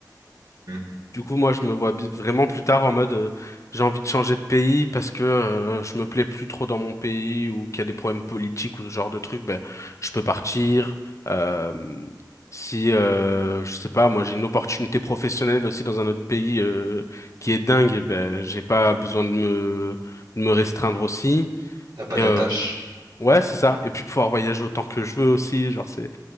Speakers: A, on the right; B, on the left.
A: Hmm.
B: Du coup, moi, je me vois bi- vraiment plus tard en mode, euh, j'ai envie de changer de pays parce que euh, je me plais plus trop dans mon pays ou qu'il y a des problèmes politiques ou ce genre de trucs, ben, je peux partir. Euh, si, euh, je sais pas, moi, j'ai une opportunité professionnelle aussi dans un autre pays euh, qui est dingue, ben, j'ai pas besoin de me, de me restreindre aussi.
A: T'as pas
B: Et,
A: d'attache.
B: euh, ouais, c'est ça. Et puis pouvoir voyager autant que je veux aussi. Genre, c'est, tu